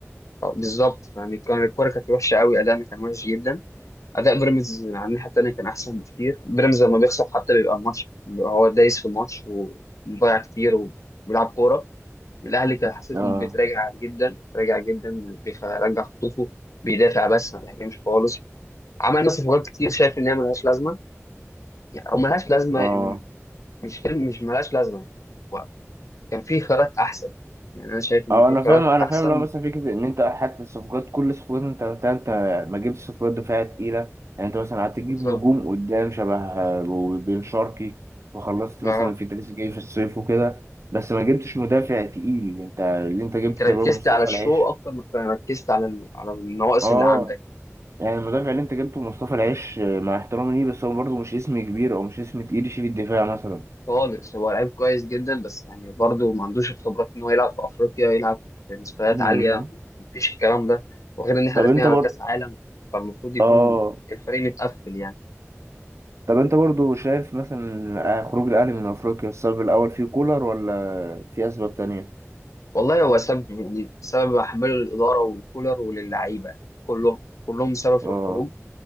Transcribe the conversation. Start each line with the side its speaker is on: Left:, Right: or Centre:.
Left: آه، بالظبط يعني كان الكوره كانت وحشه قوي ادائنا كان وحش جدا اداء بيراميدز على الناحيه التانيه كان احسن بكتير بيراميدز لما بيخسر حتى بيبقى الماتش بيبقى هو دايس في الماتش ومضيع كتير وبيلعب كوره الاهلي كان حسيته
Right: اه
Left: بيتراجع جدا بيتراجع جدا بيرجع خطوطه بيدافع بس ما بيهاجمش خالص عملنا صفقات كتير شايف ان هي ملهاش لازمه يعني او ملهاش لازمه
Right: اه
Left: يعني مش فيلم مش ملهاش لازمه يعني هو كان في خيارات احسن يعني انا شايف ان
Right: اه
Left: في
Right: انا
Left: خيارات
Right: فاهم انا
Left: احسن
Right: فاهم لو مثلا فكره ان انت حتى الصفقات كل الصفقات انت عملتها انت ما جبتش صفقات دفاعيه تقيله يعني انت مثلا قعدت تجيب
Left: بالظبط
Right: نجوم قدام شبه آه، وبن شرقي وخلصت
Left: اه
Right: مثلا في تريزيجيه في الصيف وكده بس ما جبتش مدافع تقيل انت اللي انت جبته
Left: انت ركزت
Right: تقريبا مصطفى
Left: على الشو
Right: العيش
Left: اكتر ما ركزت على ال- على النواقص
Right: اه
Left: اللي عندك
Right: يعني المدافع اللي انت جبته مصطفى العيش آه، مع احترامي ليه بس هو برضه مش اسم كبير او مش اسم تقيل يشيل الدفاع مثلا
Left: خالص هو لعيب كويس جدا بس يعني برضه ما عندوش الخبرات ان هو يلعب في افريقيا ويلعب في مستويات
Right: مم.
Left: عاليه مفيش الكلام ده وغير ان احنا
Right: طب
Left: داخلين
Right: انت
Left: على
Right: بر
Left: كاس عالم فالمفروض يكون
Right: اه
Left: الفريق متقفل يعني
Right: طب انت برضه شايف مثلا آه، خروج الاهلي من افريقيا السبب الاول فيه كولر ولا في اسباب تانية
Left: والله هو سبب يعني سبب احمله للاداره والكولر وللعيبه يعني كلهم كلهم سبب في
Right: اه
Left: الخروج